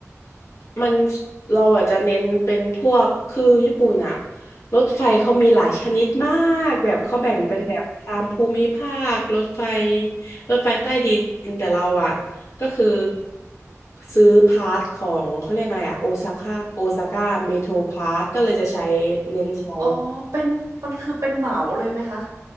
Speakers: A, on the left; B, on the right.
A: มันเราอาจจะเน้นเป็นพวกคือญี่ปุ่นอะรถไฟเขามีหลายชนิดมากแบบเขาแบ่งเป็นแบบตามภูมิภาครถไฟ
B: อืม
A: รถไฟใต้ดินแต่เราอะก็คือซื้อพาร์ทของเขาเรียกอะไรอะโอซาก้าโอซาก้าเมโทรพาร์ทก็เลยจะใช้เน้นใช้
B: อ๋อเป็นมันคือเป็นเหมาเลยไหมคะ